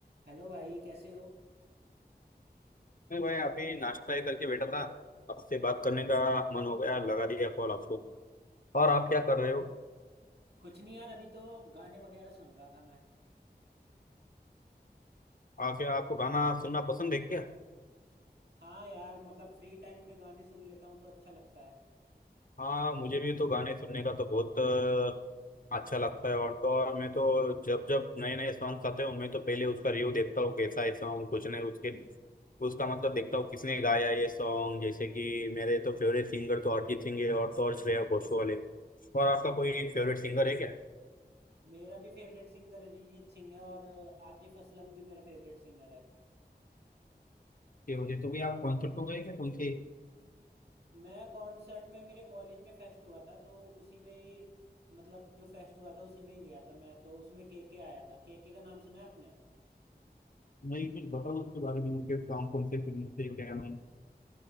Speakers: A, on the right; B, on the left.
A: Hello भाई कैसे हो
B: मैं भाई आप ही नाश्ता ही करके बैठा था आपसे बात करने का मन हो गया लगा दिया कॉल आपको और आप क्या कर रहे हो
A: कुछ नहीं यार अभी तो गाने वगैरह सुन रहा था मैं
B: आके आपको गाना सुनना पसंद है क्या
A: हाँ यार मतलब फ्री टाइम में गाने सुन लेता हूँ तो अच्छा लगता है
B: हाँ मुझे भी तो गाने सुनने का तो बहुत अ, अच्छा लगता है और तो और मैं तो जब जब नए नए सॉन्ग्स आते हो मैं तो पहले उसका रिव्यू देखता हूँ कैसा है सॉन्ग कुछ नहीं उसके उसका मतलब देखता हूँ किसने गाया ये सॉन्ग जैसे कि मेरे तो फेवरेट सिंगर तो अरिजीत सिंह है और तो और श्रेया घोषाल है और आपका कोई फेवरेट सिंगर है क्या
A: मेरा भी फेवरेट सिंगर अरिजीत सिंह है और अ, आतिफ असलम भी मेरा फेवरेट सिंगर है
B: ये मुझे तो भी आप कॉन्सर्ट को गए क्या उनके
A: मैं कॉन्सर्ट में मेरे कॉलेज में फेस्ट हुआ था तो उसी में ही मतलब जो फेस्ट हुआ था उसी में ही गया था मैं तो उसमें के के आया था के के का नाम सुना है आपने
B: नहीं कुछ बताओ उसके बारे में उनके काम कौन से फिल्म थे क्या नहीं